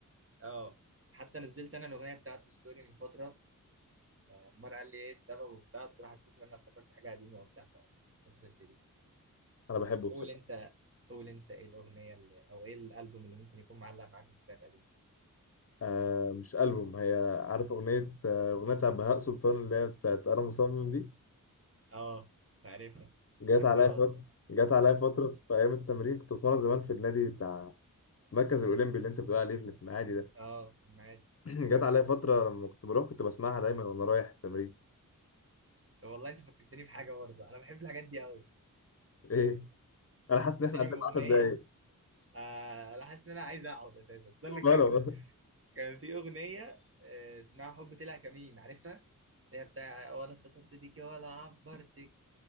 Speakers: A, on the right; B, on the left.
A: اه حتى نزلت أنا الأغنية بتاعته ستوري من فترة فعمار قال لي إيه السبب وبتاع قلت له حسيت إن أنا افتكرت حاجة قديمة وبتاع فنزلت دي
B: انا بحبه بصراحه
A: قول أنت قول أنت إيه الأغنية اللي أو إيه الألبوم اللي ممكن يكون معلق معاك ذكريات قديمة
B: آه مش البوم هي عارف اغنيه آه، اغنيه بتاع بهاء سلطان اللي هي بتاعت انا مصمم دي
A: اه عارفها
B: جت
A: بحبها
B: عليا فتره
A: أصلا
B: جت عليا فتره في ايام التمرين كنت بتمرن زمان في النادي بتاع المركز الاولمبي اللي انت بتقول عليه اللي في المعادي ده
A: اه في المعادي
B: <clears throat> جت عليا فتره لما كنت بروح كنت بسمعها دايما وانا رايح التمرين
A: طب والله أنت فكرتني بحاجة برضه أنا بحب الحاجات دي أوي
B: ايه انا حاسس
A: فكرتني
B: ان احنا قعدنا
A: بأغنية
B: 10 دقايق
A: آه أنا حاسس إن أنا عايز أقعد أساسا استنى نكمل
B: مروة
A: كان في أغنية آه، اسمها حب طلع كمين عارفها اللي هي بتاع ولا اتصلت بيكي ولا عبرتك